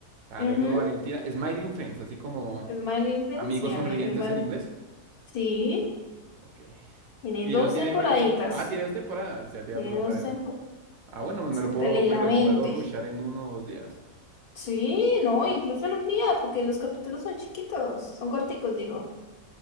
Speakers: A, on the right; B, on the left.
A: Alejo
B: Ujú,
A: Valentina, Smiling Friends, así como
B: Es mal Influence
A: amigos
B: y Alegre
A: sonrientes
B: y
A: en inglés.
B: Sí,
A: Ok.
B: tiene
A: Y
B: dos
A: eso tiene
B: temporaditas,
A: varias. te- Ah, tiene dos temporadas. Ya te iba
B: tiene
A: a preguntar
B: dos
A: eso.
B: temporadas,
A: Ah, bueno, me
B: es
A: lo
B: que
A: puedo,
B: te leí
A: me
B: la
A: lo
B: mente.
A: puedo rushar en uno o dos días.
B: Sí, no, incluso en un día, porque los capítulos son chiquitos, son corticos, digo.